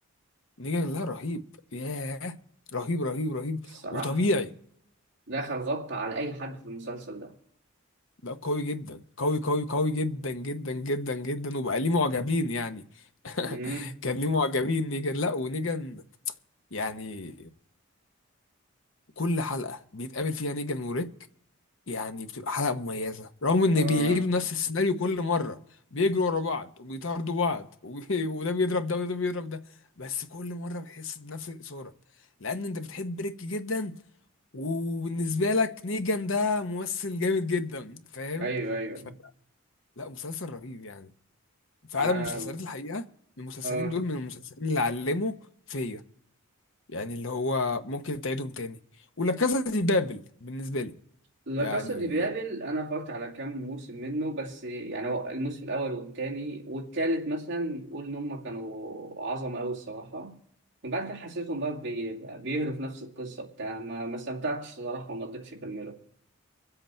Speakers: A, on the left; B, on the right.
A: نيجان لا رهيب ياه رهيب رهيب رهيب
B: الصراحة
A: وطبيعي
B: دخل غطى على اي حد في المسلسل ده
A: ده قوي جدا قوي قوي قوي جدا جدا جدا جدا وبقى ليه معجبين يعني <laughs>
B: امم
A: كان ليه معجبين نيجان لا ونيجان يعني كل حلقة بيتقابل فيها نيجان وريك يعني بتبقى حلقة مميزة رغم ان
B: اه
A: بيعيدوا نفس السيناريو كل مرة بيجروا ورا بعض وبيطاردوا بعض وبي... <laughs> وده بيضرب ده وده بيضرب ده بس كل مرة بتحس بنفس الإثارة لأن أنت بتحب ريك جدا وبالنسبة لك نيجان ده ممثل جامد جدا فاهم؟
B: ايوه ايوه
A: ف... لا مسلسل رهيب يعني فعلا
B: انا
A: مسلسلات الحقيقة المسلسلين
B: اه
A: دول من المسلسلين اللي علموا فيا يعني اللي هو ممكن تعيدهم تاني ولا كاسا دي بابل بالنسبة لي
B: لا
A: يعني
B: كاسا دي بابل انا اتفرجت على كام موسم منه بس يعني هو الموسم الاول والتاني والتالت مثلا قول ان هم كانوا عظمه قوي الصراحه من بعد كده حسيتهم بقى بي- بيهروا في نفس القصه بتاع ما ما استمتعتش الصراحه وما قدرتش اكمله